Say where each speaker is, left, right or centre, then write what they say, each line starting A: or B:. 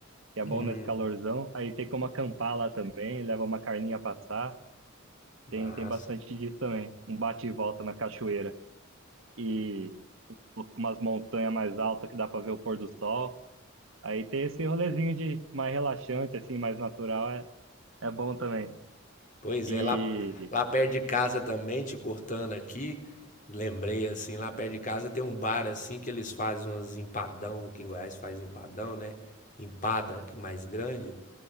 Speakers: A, on the right (about 70°); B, on the left (about 40°).
A: Que é
B: Hum,
A: bom nesse calorzão. Aí tem como acampar lá também, leva uma carninha a passar.
B: massa.
A: Tem, tem bastante disso também. Um bate e volta na cachoeira. e umas montanhas mais altas que dá pra ver o pôr do sol. Aí tem esse rolezinho de mais relaxante, assim, mais natural, é, é bom também.
B: Pois
A: E
B: é, lá, lá perto de casa também, te cortando aqui, lembrei assim, lá perto de casa tem um bar assim que eles fazem umas empadão, que em Goiás faz empadão, né? Empada que mais grande.